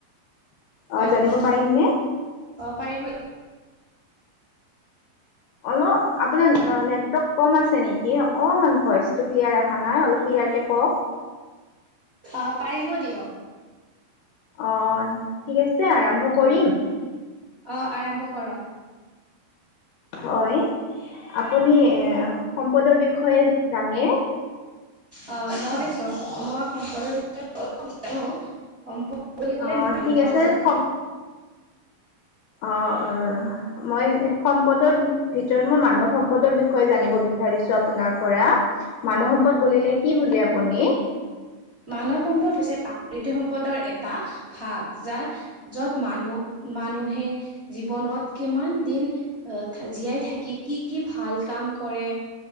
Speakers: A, on the right; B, on the left.
A: হয়
B: অ
A: নেকি?
B: জানিব পাৰিমনে
A: অ পাৰিব
B: অলপ আপোনাৰ নেটৱৰ্ক কম আছে নেকি? অকণমান ভইচটো ক্লিয়াৰ অহা নাই, অলপ ক্লিয়াৰকে কওক।
A: আ পাৰিব দিয়ক।
B: অ ঠিক আছে আৰম্ভ কৰিম।
A: অ আৰম্ভ কৰক।
B: হয় আপুনি এ সম্পদৰ বিষয়ে জানে।
A: অ মই মই সম্পদৰ বিষয়ে অলপ জানো সম্পদ বুলি ক'লে
B: অ
A: মানুহৰ
B: ঠিক আছে
A: জিৱ
B: সম অ উ। মই সম্পদৰ ভিতৰত মই মানৱ সম্পদৰ বিষয়ে জানিব বিচাৰিছো আপোনাৰ পৰা, মানুহ সম্পদ বুলিলে কি বুজে আপুনি?
A: মানৱ সম্পদ হৈছে প্ৰাকৃতিক সম্পদৰ এটা ভাগ যাত য'ত মানুহ, মানুহে জীৱনত কিমান দিন আহ জীয়াই থাকি কি কি ভাল কাম কৰে